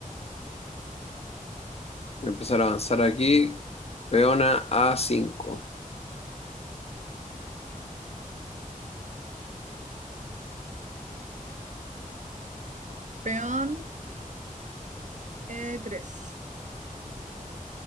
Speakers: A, on the left (about 45°); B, on the right (about 55°).
A: a empezar a avanzar aquí. Peona a cinco.
B: Peón e tres.